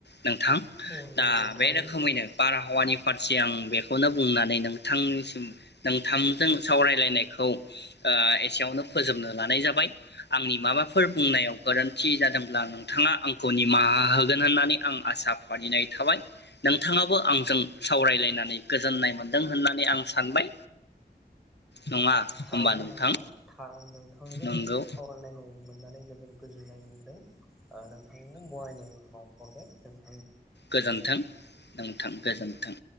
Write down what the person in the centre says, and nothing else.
औ नंगौ
थारैनो
नोंथां
थारैनो
नोंथाङा थार नोंथां जों
सावरायलायनो मोननानै जोबोर गोजोननाय मोन्दों ओ नोंथांनो बरायनाय बाउ हरबाय नोंथां